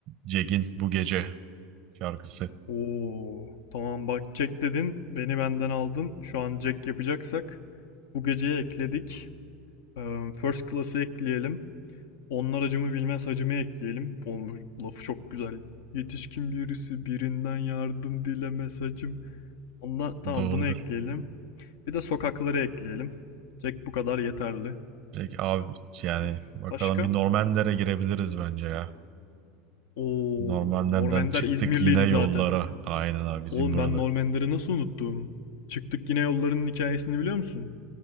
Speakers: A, on the right (about 55°); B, on the left (about 75°).
A: Cegin Bu Gece şarkısı.
B: Oo, tamam bak Jack dedin. Beni benden aldın. Şu an Jack yapacaksak Bu geceye ekledik. Ee, First Class'ı ekleyelim. Onlar acımı bilmez hacımı ekleyelim. Olmuş, lafı çok güzel. Yetişkin birisi birinden yardım dilemez hacım. Onunla, tamam
A: <laughs> Doğrudur.
B: bunu ekleyelim. Bir de sokakları ekleyelim. Jack bu kadar yeterli.
A: Direkt abi yani
B: Hmm,
A: bakalım
B: Başka?
A: bir Normanler'e girebiliriz bence ya.
B: Oo,
A: Normanler'den
B: Normender
A: çıktık
B: İzmirliydi
A: yine yollara.
B: zaten.
A: Aynen abi bizim
B: Oğlum
A: buralı.
B: ben Normender'i nasıl unuttum? Çıktık yine yollarının hikayesini biliyor musun?